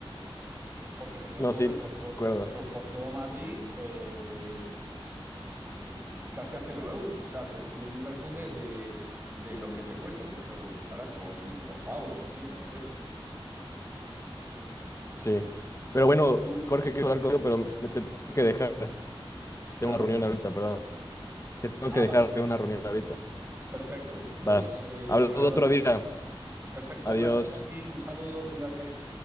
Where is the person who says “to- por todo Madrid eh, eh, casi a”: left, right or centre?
Right